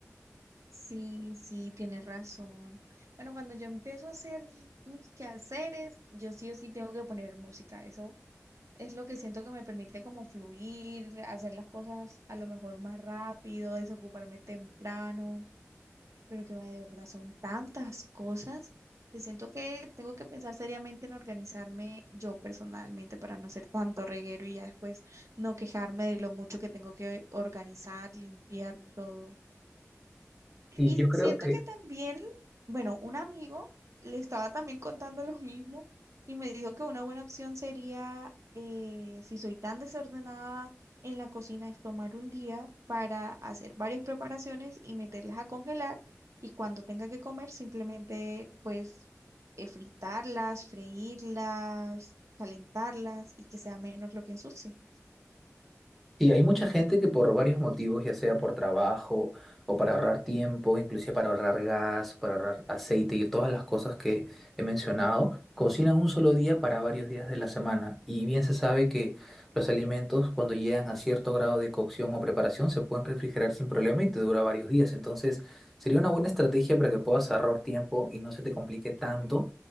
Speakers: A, on the right; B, in the centre.
A: Sí, sí, tienes razón. Bueno, cuando yo empiezo a hacer mis quehaceres, yo sí o sí tengo que poner música. Eso es lo que siento que me permite como fluir, hacer las cosas a lo mejor más rápido, desocuparme temprano, pero que va de verdad, son tantas cosas que siento que tengo que pensar seriamente en organizarme yo personalmente para no ser tanto reguero y ya después no quejarme de lo mucho que tengo que organizar, limpiar todo. Y
B: Y yo creo
A: siento
B: que,
A: que también, bueno, un amigo le estaba también contando lo mismo y me dijo que una buena opción sería, eh, si soy tan desordenada en la cocina, es tomar un día para hacer varias preparaciones y meterlas a congelar y cuando tenga que comer simplemente pues eh, fritarlas, freírlas, calentarlas y que sea menos lo que ensucie.
B: Y hay mucha gente que por varios motivos, ya sea por trabajo o para ahorrar tiempo, inclusive para ahorrar gas, para ahorrar aceite y todas las cosas que he mencionado, cocinan un solo día para varios días de la semana. Y bien se sabe que los alimentos cuando llegan a cierto grado de cocción o preparación se pueden refrigerar sin problema y te dura varios días. Entonces sería una buena estrategia para que puedas ahorrar tiempo y no se te complique tanto.